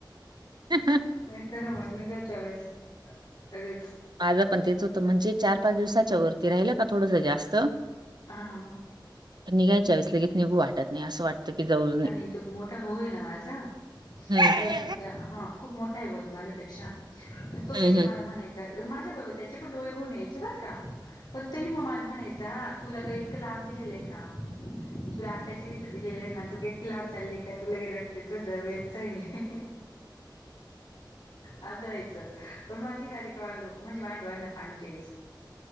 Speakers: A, on the right (about 60°); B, on the left (about 60°).
A: हह
B: नाही तर मग म काहीच्या वळेस अगच
A: आज पण तेच होत म्हणजे चार पाच दिवसाच्या वरती राहिलं का थोडंसं जास्त
B: हा
A: निघायच्या ववेस लगेच निघू वाटत नाही असं वाटत क जाऊ नये.
B: आणि तो मोठा भाऊ आहे ना माझा म्हणजे
A: हम्म.
B: उ हा खूप मोठा आहे ब होतो माझ्यापेक्षा तो
A: हम्म
B: लगे
A: हम्म.
B: मला म्हणायच माझ्याबरोबर त्याचे पण डोळे भरून यायचे बाय का पण तरी म मला म्हणायचं हा तुला का इतकं लांब दिलेलं आहे का सुला आठाच्याचे दिलेले ना तू का इती लांब चालली काय तू लगे रडते तू दवच आहे आज राहायचं पण मला निघाली का मला म्हणजे माझ्या डोळ्यांना पाणी द्यायचं